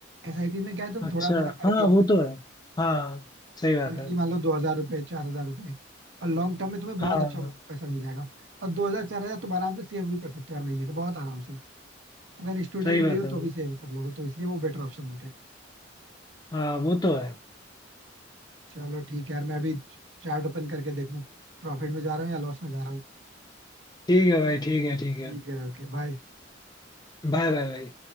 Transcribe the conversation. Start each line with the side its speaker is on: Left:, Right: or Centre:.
Right: एसआईपी में क्या है तुम
Left: अच्छा
Right: थोड़ा थोड़ा करके
Left: हाँ
Right: इन्वेस्ट
Left: वो तो है हाँ सही बात
Right: मंथली
Left: है
Right: मान लो दो हजार रुपए चार हजार रुपए और लॉन्ग टर्म में तुम्हें बहुत
Left: हाँ
Right: अच्छा पैसा मिल जाएगा और दो हजार चार हजार तुम आराम से सेव भी कर सकते हो हर महीने के बहुत आराम से अगर स्टूडेंट
Left: सही बात
Right: भी हो
Left: है
Right: तो
Left: भाई
Right: भी सेव कर लोगे तो इसलिए वो बेटर ऑप्शन देते हैं
Left: हाँ वो तो है
Right: चलो ठीक है यार मैं अभी चार्ट ओपन करके देखूं प्रॉफिट में जा रहा हूँ या लॉस में जा रहा हूँ
Left: ठीक है भाई ठीक है ठीक है
Right: ठीक है ओके बाय
Left: बाय बाय भाई